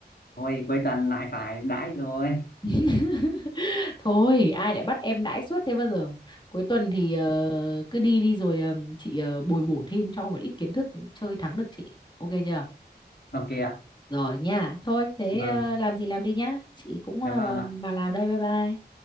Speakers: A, on the left; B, on the left.
A: thôi cuối tuần lại phải đãi rồi.
B: <laughs> Thôi, ai lại bắt em đãi suốt thế bao giờ? Cuối tuần thì ờ, cứ đi đi rồi ờ, chị ờ, bồi bổ thêm cho một ít kiến thức chơi thắng được chị. Ok chưa?
A: Ok ạ.
B: Rồi nha. Thôi, thế
A: Vâng,
B: ờ, làm gì làm đi nhá. Chị cũng
A: dạ
B: ờ,
A: vâng
B: vào
A: ạ.
B: vào làm đây. Bye bye.